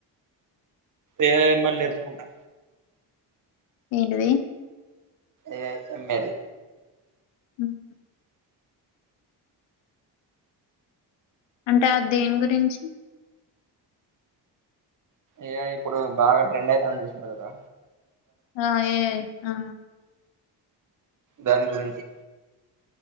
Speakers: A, on the right; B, on the left.
A: ఏ మ్ ల్ నేర్చుకుంటా
B: ఏంటది
A: ఏ ఎంమెల్
B: మ్మ్ హ్మ్ అంటే అద్ దేని గురించి
A: ఏ ఐ ఇప్పుడు బాగా ట్రెండ్ ఐతది చూస్నారా
B: ఆ ఏయి ఆ
A: దాని గురించి